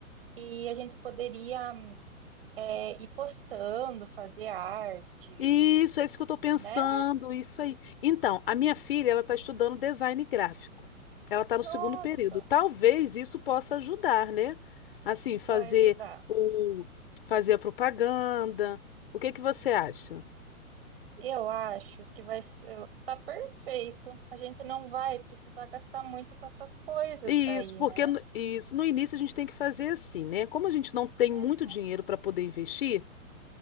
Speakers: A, on the right; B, on the left.
A: e a gente poderia é, ir postando, fazer artes,
B: Isso, é isso que eu tô pensando,
A: né?
B: isso aí. Então, a minha filha, ela tá estudando design gráfico. Ela tá
A: Nossa,
B: no segundo período. Talvez isso possa ajudar, né? Assim, fazer
A: vai ajudar.
B: o fazer a propaganda. O que que você acha?
A: Eu acho que vai ser, tá perfeito. A gente não vai precisar gastar muito com essas coisas
B: Isso,
A: daí,
B: porque
A: né?
B: no- isso no início a gente tem que fazer assim, né? Como a gente não tem
A: Uhum,
B: muito dinheiro para poder investir,